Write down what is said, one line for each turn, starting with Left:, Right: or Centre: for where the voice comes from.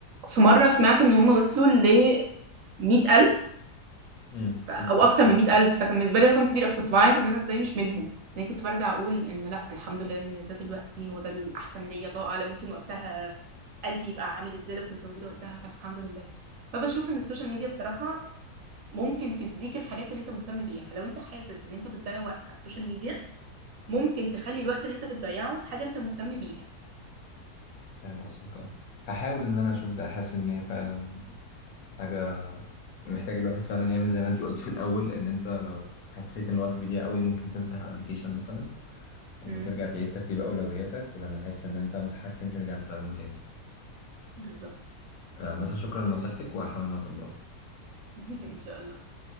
Right: في مرة سمعت ان هم وصلوا ل 100000
Left: امم
Right: ف... او
Left: يبقى بتحاول
Right: اكتر من 100000
Left: فعلا
Right: فكان بالنسبه لي رقم كبير فكنت بعيط ان انا ازاي مش منهم يعني كنت برجع اقول ان لا الحمد لله ان ده دلوقتي هو ده الاحسن ليا الله اعلم يمكن وقتها قلبي يبقى عامل ازاي لو كنت موجوده وقتها فالحمد لله فبشوف ان السوشيال ميديا بصراحه ممكن تديك الحاجات اللي انت مهتم بيها فلو انت حاسس ان انت بتضيع وقت على السوشيال ميديا ممكن تخلي الوقت اللي انت بتضيعه في حاجه انت مهتم بيها
Left: فاهم قصدك اه هحاول ان انا اشوف ده حاسس ان هي فعلا حاجه محتاج الواحد فعلا يعمل زي ما انت قلت في الاول ان انت لو حسيت ان الوقت بيضيع قوي ممكن تمسح الابليكيشن مثلا وترجع
Right: امم
Left: تعيد ترتيب اولوياتك ولما تحس ان انت متحكم ترجع تستخدمه تاني
Right: بالظبط
Left: آه مثلا شكرا لنصيحتك وهحاول ان أنا اطبقها
Right: <laughs> ان شاء الله